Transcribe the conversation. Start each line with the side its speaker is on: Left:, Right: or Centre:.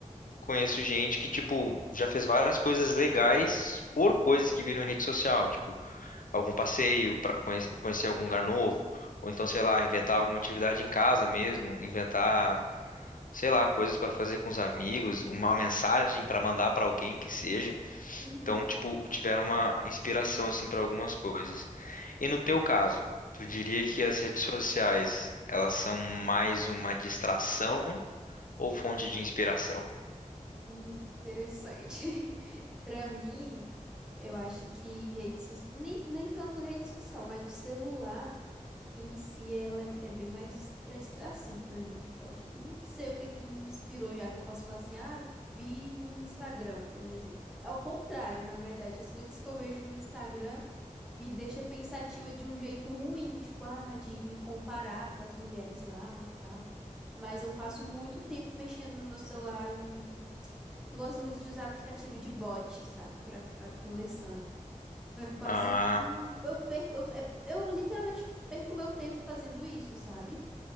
Left: conheço gente que, tipo, já fez várias coisas legais por coisas que viram em rede social, tipo, algum passeio para conhecer, conhecer algum lugar novo, ou então, sei lá, inventar alguma atividade em casa mesmo, inventar, sei lá, coisas para fazer com os amigos, uma mensagem para mandar para alguém que seja.
Centre: uhum.
Left: Então, tipo, tiveram uma inspiração assim para algumas coisas. E no teu caso, tu diria que as redes sociais, elas são mais uma distração ou fonte de inspiração?
Centre: Hum, Interessante. <laughs> Pra mim, eu acho que rede social, nem, nem tanto rede social, mas o celular em si ela é, é bem mais pra distração pra mim. Tipo, eu acho que não sei o que que me inspirou já que eu posso falar assim, ah, vi no Instagram, por exemplo. É o contrário, na verdade, as coisas que eu vejo no Instagram me deixa pensativa de um jeito ruim, tipo, ah, de me comparar com as mulheres lá e tal. Mas eu passo muito tempo mexendo no meu celular e eu gosto muito de usar aplicativo de bot, sabe, Pra ficar conversando. Então eu passo,
Left: Ah,
Centre: hum, eu perco, eu, é- eu literalmente perco meu tempo fazendo isso, sabe?